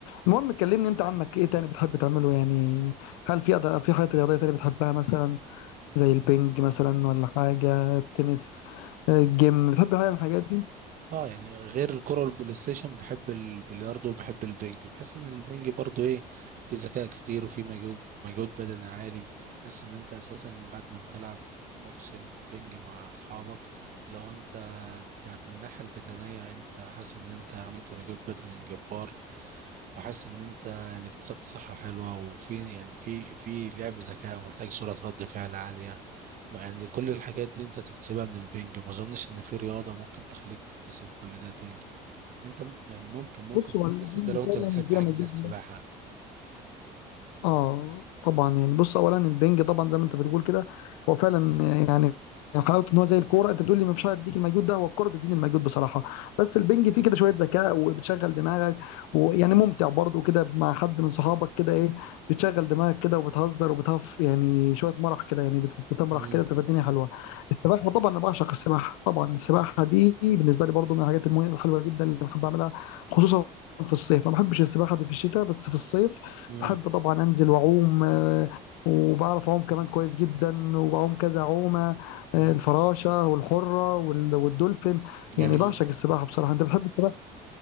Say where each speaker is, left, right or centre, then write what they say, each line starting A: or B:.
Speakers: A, on the left; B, on the right.
A: المهم كلمني انت عنك ايه تاني بتحب تعمله يعني هل في أداء في حاجات رياضيه تانية بتحبها مثلا زي البنج مثلا ولا حاجه التنس آه، الجيم بتحب حاجه من الحاجات دي
B: اه يعني غير الكرة والبلاي ستيشن بحب البلياردو وبحب البنج بحس ان البنج برضو ايه في ذكاء كتير وفي مجهود مجهود بدني عالي بحس ان انت اساسا بعد ما بتلعب ماتش بنج مع اصحابك لو انت ك- من الناحية البدنية انت حاسس ان انت عملت مجهود بدني جبار وحاسس ان انت يعني اكتسبت صحة حلوة وفي يعني في في لعب ذكاء ومحتاج سرعة رد فعل عالية يعني كل الحاجات دي انت تكتسبها من البنج ما اظنش ان في رياضة ممكن تخليك تكتسب كل ده تاني انت م- يعني ممكن ممكن
A: بص هو
B: تكتسب
A: البنج
B: ده لو
A: فعلا
B: انت بتحب
A: فيها
B: حاجة
A: مجال
B: زي السباحة
A: اه طبعا يعني بص اولا البنج طبعا زي ما انت بتقول كده هو فعلا يعني حلاوته ان هو زي الكوره انت بتقول لي مش هيديك المجهود ده هو الكوره بتديني المجهود بصراحه بس البنج فيه كده شويه ذكاء وبتشغل دماغك ويعني ممتع برضه كده مع حد من صحابك كده ايه بتشغل دماغك كده وبتهزر وبتهف يعني شويه مرح كده يعني بت- بتمرح
B: امم
A: كده بتبقى الدنيا حلوه السباحة طبعا أنا بعشق السباحة طبعا السباحة دي بالنسبة لي برضو من الحاجات المه- الحلوة جدا اللي بحب أعملها خصوصا في الصيف ما بحبش السباحة دي في الشتاء بس في الصيف
B: امم
A: بحب طبعا أنزل وأعوم آه، وبعرف أعوم كمان كويس جدا وبعوم كذا عومة آه،
B: امم
A: الفراشة والحرة وال- والدولفين
B: جميل
A: يعني بعشق السباحة بصراحة أنت بتحب السباحة؟